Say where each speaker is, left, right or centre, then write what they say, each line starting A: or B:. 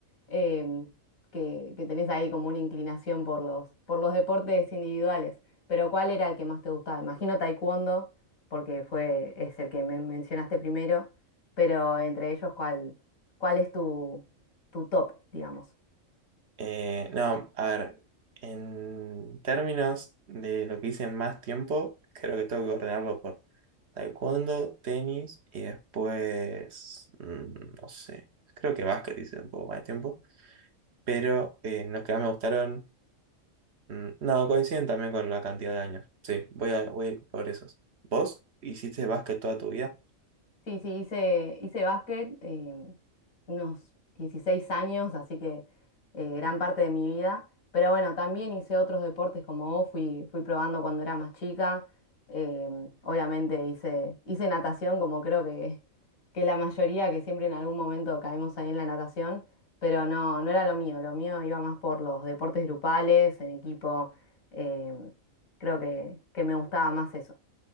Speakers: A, on the left; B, on the right.
A: em, que, que tenés ahí como una inclinación por los, por los deportes individuales, pero ¿cuál era el que más te gustaba? Imagino taekwondo, porque fue, es el que me mencionaste primero, pero entre ellos, ¿cuál, cuál es tu, tu top, digamos?
B: Eh, no, a ver, en términos de lo que hice más tiempo, creo que tengo que ordenarlo por taekwondo, tenis y después, mm, no sé, creo que básquet hice un poco más de tiempo, pero eh, los que más me gustaron Mm, No, coinciden también con la cantidad de años. Sí, voy a, voy a ir por esos. ¿Vos hiciste básquet toda tu vida?
A: Sí, sí, hice, hice básquet eh, unos 16 años, así que eh, gran parte de mi vida. Pero bueno, también hice otros deportes como vos, fui, fui probando cuando era más chica. Eh, obviamente hice, hice natación, como creo que, que la mayoría, que siempre en algún momento caemos ahí en la natación, pero no, no era lo mío, lo mío iba más por los deportes grupales, en equipo. em, creo que, que me gustaba más eso.